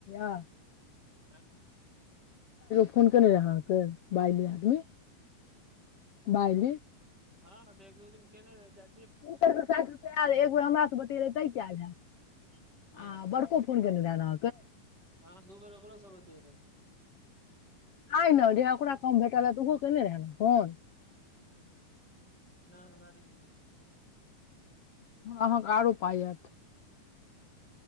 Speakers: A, on the left; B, on the right.
A: अ
B: हँ
A: फोन केने रह अहाँ के बाइली आदमी बाइली
B: हँ तऽ एक दो दिन केने चा
A: ऊ त एक सौ साईठ रुपैआ एक बेर हमरा सँ बतीऐलिये तय कै एयल हैत
B: रहे हँ
A: आ बड़ को फोन केने रहा न
B: हँ दू बेर ओकरो से बतिएलिय
A: आय ने र ओकरा काम भेटलै तऽ ओहो केने रहै ने कोन
B: न हमरा नय केने रहै
A: अहाँ के आरो पाइ आयत